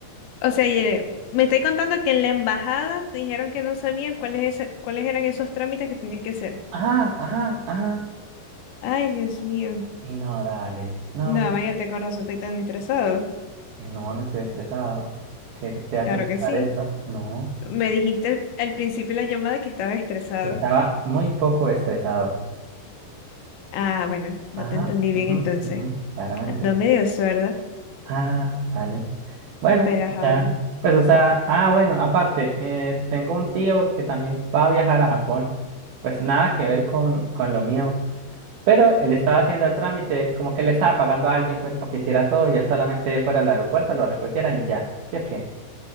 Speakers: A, on the left; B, on the right.
A: O sea, Yere, me estoy contando que en la embajada te dijeron que no sabían cuáles, ese- cuáles eran esos trámites que tenías que hacer.
B: Ajá, ajá, ajá.
A: Ay, Dios mío.
B: Y no, dale, no,
A: No, váyate con razón, estoy tan estresado.
B: eh, no, no estoy estresado. ¿Qué te hace
A: Claro
B: pensar
A: que sí.
B: eso? No,
A: Me dijiste al, al principio de la llamada que estaba estresado.
B: que estaba muy poco estresado.
A: Ah, bueno, no
B: Ajá,
A: te entendí bien
B: ujú,
A: entonces.
B: ujú, claramente.
A: Ando medio sorda,
B: Ah, dale. Bueno,
A: pero
B: y
A: ajá,
B: ya,
A: bueno.
B: pues o sea, ah, bueno, aparte, eh, tengo un tío que también va a viajar a Japón. Pues nada que ver con, con lo mío, pero él estaba haciendo el trámite, como que le estaba pagando a alguien pues para que hiciera todo y él solamente fuera al aeropuerto, lo recogieran y ya. ¿Sí o qué?